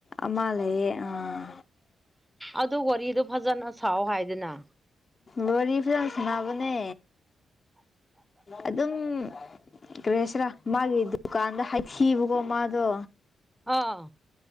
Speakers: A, on the left; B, in the centre.
A: ꯑꯃ ꯂꯩꯌꯦ ꯑꯥ
B: ꯑꯗꯨ ꯋꯥꯔꯤꯗꯣ ꯐꯖꯅ ꯁꯥꯎ ꯍꯥꯏꯗꯅ
A: ꯋꯥꯔꯤ ꯐꯖꯅ ꯁꯅꯕꯅꯦ ꯑꯗꯨꯝ ꯀꯔꯤ ꯍꯥꯏꯁꯤꯔꯥ ꯃꯥꯒꯤ ꯗꯨꯀꯥꯟꯗ ꯍꯥꯏꯊꯤꯕꯀꯣ ꯃꯥꯗꯣ
B: ꯑꯥ